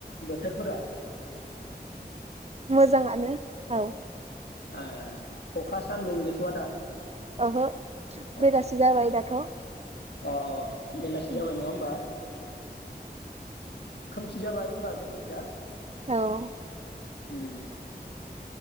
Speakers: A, on the left; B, on the right.
A: बोथोरफोरा?
B: मोजाङानो औ।
A: ए अखा सान्दुं गैथ'आ दा?
B: ओहो
A: अ
B: बेलासि जाबाय दाथ'
A: अ अ बेलासि
B: उम
A: जाबाय नङा होमबा? खोमसि जाबाय होमबा जोंनिखि दा?
B: औ।
A: उम।